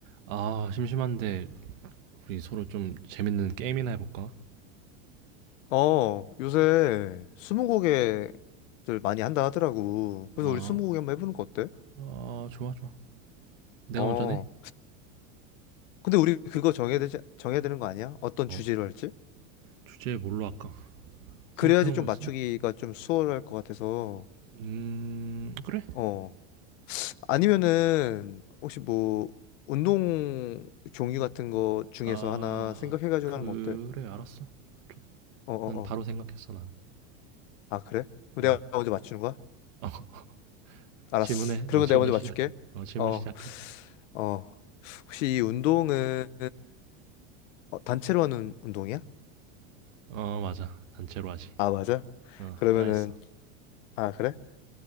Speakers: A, on the right (about 75°); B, on the left (about 70°).
A: 아, 심심한데 우리 서로 좀 재밌는 게임이나 해볼까?
B: 어, 요새 스무고개들 많이 한다 하더라고.
A: 아,
B: 그래서 우리 스무고개 한번 해보는 거 어때?
A: 아, 좋아, 좋아. 내가
B: 어.
A: 먼저 내?
B: 근데 우리 그거 정해야 되지, 정해야 되는 거 아니야? 어떤
A: 어?
B: 주제로 할지?
A: 주제 뭘로 할까? 생각해놓은
B: 그래야지 좀
A: 거
B: 맞추기가
A: 있어?
B: 좀 수월할 것 같아서.
A: 음, 그래.
B: 어. 아니면은, 혹시 뭐, 운동 종류 같은 거 중에서
A: 아,
B: 하나 생각해가지고
A: 그래,
B: 하는 거 어때?
A: 알았어. 좋-
B: 어, 어,
A: 난 바로
B: 어.
A: 생각했어, 난.
B: 아, 그래? 그럼
A: 음.
B: 내가 먼저 맞추는 거야?
A: 어, <laughs>
B: 알았어.
A: 질문해.
B: 그러면
A: 어, 질문
B: 내가 먼저
A: 시작해.
B: 맞출게.
A: 어, 질문
B: 어,
A: 시작해.
B: 어. 혹시 이 운동은 어, 단체로 하는 운동이야?
A: 어, 맞아. 단체로 하지.
B: 아, 맞아?
A: 어,
B: 그러면은,
A: 하나 했어.
B: 아, 그래?